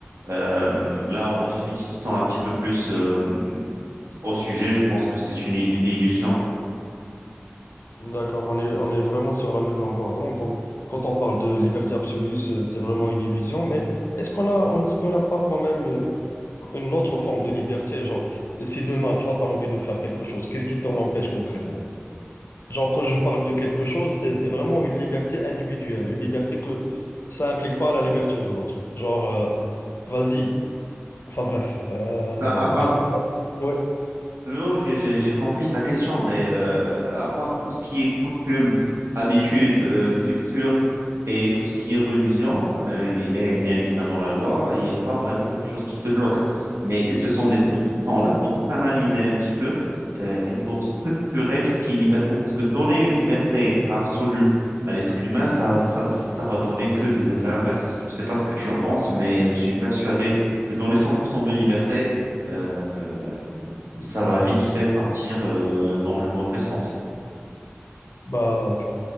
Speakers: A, on the right; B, on the left.
A: Euh, là, en réfléchissant un petit peu plus euh, au sujet, je pense que c'est une il- illusion.
B: D'accord, on est, on est vraiment sur la même longueur d'onde. Donc, quand on parle de liberté absolue, c'est c'est vraiment une illusion. Mais est-ce qu'on a, on- est-ce qu'on n'a pas quand même euh, une autre forme de liberté. Genre, si demain, toi, tu as envie de faire quelque chose, qu'est-ce qui t'en empêche concrètement? Genre, quand je parle de quelque chose, c'est, c'est vraiment une liberté individuelle, une liberté que ça implique pas la liberté de l'autre. Genre, euh, vas-y, enfin bref. Euh,
A: Bah, à part,
B: dé- ouais,
A: Non, j'ai j'ai- j'ai compris ta question, mais euh, à part tout ce qui est coutume, habitude, euh, culture et tout ce qui est religion, euh, et, et bien évidemment la loi, il n'y a pas vraiment quelque chose qui te bloque. Mais ce sont des trucs qui sont là pour canaliser un petit peu euh, et pour structurer tout ce qui est liberté. Parce que donner une liberté absolue à l'être humain, ça, ça, ça va donner que des effets inverses. Je ne sais pas ce que tu en penses, mais je suis persuadé que donner 100% de liberté, euh, euh, ça va vite fait partir euh, dans le mauvais sens.
B: bah,